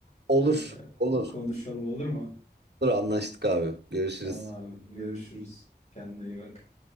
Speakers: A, on the right; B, on the left.
A: olur
B: Ee,
A: olur
B: konuşalım olur mu?
A: olur anlaştık abi. Görüşürüz.
B: Tamam abi. Görüşürüz. Kendine iyi bak.